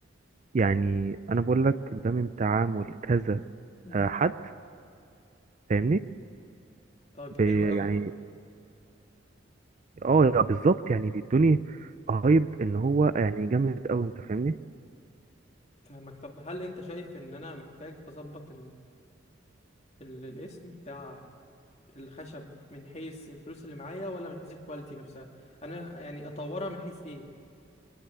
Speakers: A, on the right (about 40°); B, on the left (about 35°).
A: يعني انا بقولك ده من تعامل كذا
B: <laughs>
A: آه، حد فاهمني
B: طيب
A: بي-
B: حلو قوي
A: يعني اه بالظبط يعني بيدوني رهيب ان هو يعني جامد قوي انت فاهمني
B: فاهمك طب هل انت شايف ان انا محتاج اظبط ال- الاسم بتاع الخشب من حيث الفلوس اللي معايا ولا من حيث الكواليتي نفسها انا يعني اطورها من حيث ايه